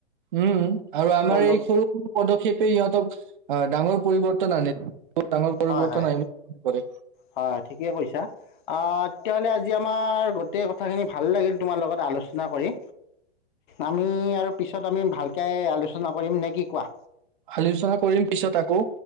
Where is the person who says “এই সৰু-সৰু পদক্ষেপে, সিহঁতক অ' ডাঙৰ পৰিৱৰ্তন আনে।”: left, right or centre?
Right